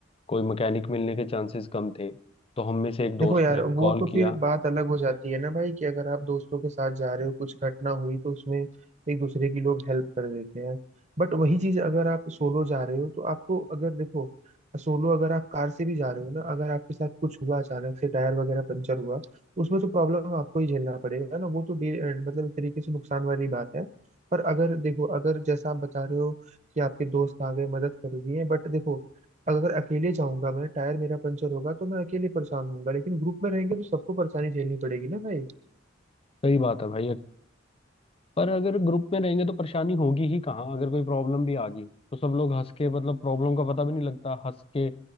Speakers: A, on the left (about 30°); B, on the right (about 35°).
A: कोई मैकेनिक मिलने के चांसेस कम थे तो हम में से एक दोस्त
B: देखो यार
A: ने
B: वो
A: कॉल
B: तो
A: किया
B: फिर बात अलग हो जाती है ना भाई कि अगर आप दोस्तों के साथ जा रहे हो कुछ घटना हुई तो उसमें एक दूसरे की लोग हेल्प कर देते हैं बट वही चीज अगर आप सोलो जा रहे हो तो आपको अगर देखो सोलो अगर आप कार से भी जा रहे हो ना अगर आपके साथ कुछ हुआ अचानक से टायर वगैरह पंचर हुआ उसमें तो प्रॉब्लम आपको ही झेलना पड़ेगा ना वो तो डे- मतलब एक तरीके से नुकसान वाली बात है पर अगर देखो अगर जैसा आप बता रहे हो कि आपके दोस्त आ गए मदद कर दिए बट देखो अगर अकेले जाऊंगा मैं टायर मेरा पंचर होगा तो मैं अकेले परेशान होऊंगा लेकिन ग्रुप में रहेंगे तो सबको परेशानी झेलनी पड़ेगी ना भाई
A: सही बात है भाई पर अगर ग्रुप में रहेंगे तो परेशानी होगी ही कहाँ अगर कोई प्रॉब्लम भी आ गई तो सब लोग हंस के मतलब प्रॉब्लम का पता भी नहीं लगता हंस के